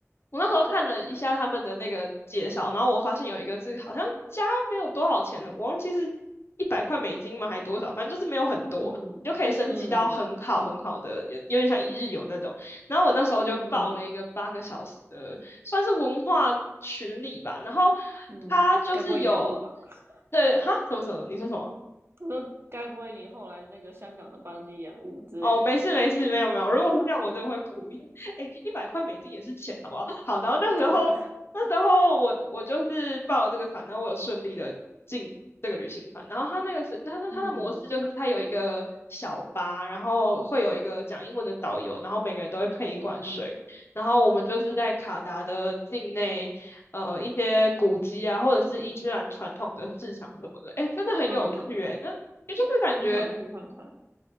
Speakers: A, on the left; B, on the right.
A: 我那时候看了一下他们的那个介绍，然后我发现有一个是好像加没有多少钱的，我忘记是一百块美金嘛，还多少，反正就是没有很多，
B: 嗯嗯
A: 你就可以升级到很好很好的，有有点像一日游那种。然后我那时候就报了一个八个小时的，
B: 嗯
A: 算是文化群里吧，然后
B: 嗯，
A: 他就是有。
B: 该不会延误吧？<laughs>
A: 对，哈，什么什么？你说什么？
B: 我说该不会你后来那个香港的班机延误之类的？
A: 哦，没事没事，没有没有。如果是这样，我真的会哭。<laughs> 哎，一百块美金也是钱，好不好？好，然后那时候那时候我我就是报了这个团，
B: 对啊，
A: 然后我有顺利的进这个旅行团。然后他那个是他他他的模式就是他有一个小巴，
B: 嗯
A: 然后会有一个讲英文的导游，然后每个人都会配一罐水。
B: 嗯
A: 然后我们就是在卡达的境内，呃，一些古迹啊，或者是伊斯兰传统的市场什么的。哎，真的很有趣哎，
B: 嗯，
A: 那。也就是感觉
B: 很想去看看。